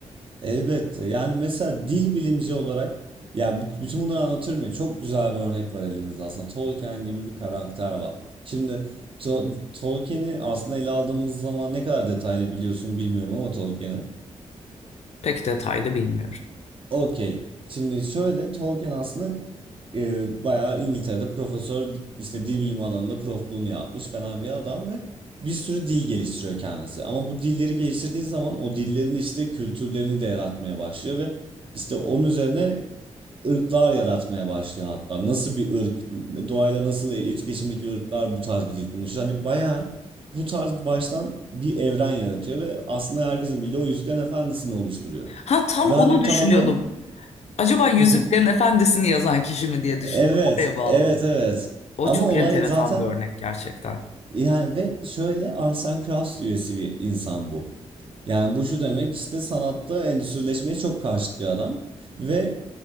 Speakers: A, on the right (about 45°); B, on the left (about 60°).
A: Elbette. Yani mesela dil bilimci olarak yani bu- bütün bunları anlatıyorum ya çok güzel bir örnek var elimizde aslında. Tolkien gibi bir karakter var. Şimdi To- Tolkien'i aslında ele aldığımız zaman ne kadar detaylı biliyorsun bilmiyorum ama Tolkien'i.
B: Pek detaylı bilmiyorum.
A: Okey. Şimdi şöyle Tolkien aslında e, bayağı İngiltere'de profesör işte dil bilimi alanında profluğunu yapmış falan bir adam ve bir sürü dil geliştiriyor kendisi. Ama bu dilleri geliştirdiği zaman o dillerin işte kültürlerini de yaratmaya başlıyor ve işte onun üzerine ırklar yaratmaya başlıyor hatta. Nasıl bir ırk, doğayla nasıl etkileşimdeki ırklar bu tarz bir dil konuşur. Hani bayağı bu tarz baştan bir evren yaratıyor ve aslında herkesin bildiği o Yüzüklerin Efendisi'ni oluşturuyor.
B: Ha tam
A: Ve
B: onu
A: hani
B: düşünüyordum.
A: tamamen
B: Acaba Yüzüklerin
A: <laughs>
B: Efendisi'ni yazan kişi mi diye düşündüm.
A: evet,
B: Oraya bağladım.
A: evet, evet.
B: O
A: Ama
B: çok
A: olay
B: enteresan
A: zaten
B: bir örnek gerçekten.
A: yani ve şöyle Arsene Kraus üyesi bir insan bu. Yani bu şu demek işte sanatta endüstrileşmeye çok karşıt bir adam ve